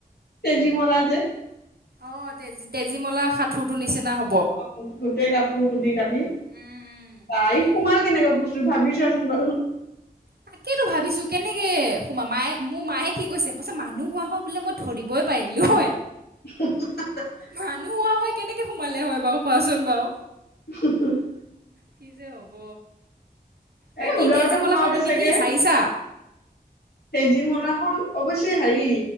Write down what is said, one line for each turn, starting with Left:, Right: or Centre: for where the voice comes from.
Left: তেজীমলা যে।
Right: অ, তেজী তেজীমলা সাঁঠুৰটো নিচিনা হ'ব।
Left: অ', গোটেই কাপোৰ কুটি কাটি বা,
Right: উম উম তাকে।
Left: ই সোমাল কেনেকুৱা বস্তু ভাবিছোঁ। <unintelligible>
Right: তাকে টো, ভাবিছোঁ কেনেকে সোমায়, মায়ে মোৰ মায়ে কি কৈছে- কৈছে মানুহ হোৱা হয় বোলে মই ধৰিবই পাৰিলোঁ হয়।
Left: <unintelligible>
Right: মানুহ হোৱা হয় কেনেকে সোমালে হয় বাৰু কোৱাচোন বাৰু?
Left: উ হ <unintelligible>
Right: কি যে হ'ব। বাকী
Left: এ ওলাওঁতে
Right: তেজীমলাখন
Left: সোমাওঁতে
Right: তুমি
Left: চাগে,
Right: কি চাইছা?
Left: তেজী মলা। অৱশ্যে হেৰি